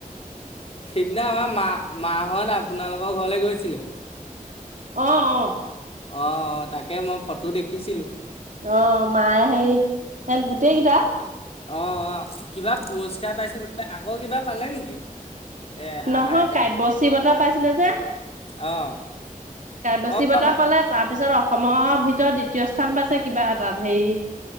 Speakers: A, on the left; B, on the right.
A: সেইদিনা আমাৰ মা-মা হত আপ আপোনালোকৰ ঘৰলে গৈছিলে?
B: অ', অ',
A: অ', তাকে মই ফটো দেখিছিলো
B: অ', মায়ে হেৰি এত গোটেই কেইটা
A: অ', অ', কিবা পুৰস্কাৰ পাইছে বোলে, আকৌ কিবা পালে নেকি? এ
B: নহয়
A: আইতাই
B: কাব্যশী বতাহ পাইছিলে যে
A: অঁ
B: বেছি
A: অঁ
B: বটা পালে তাৰপিছত অসমৰ ভিতৰত দ্বিতীয় স্থান পাইছে কিবা এটাত হেই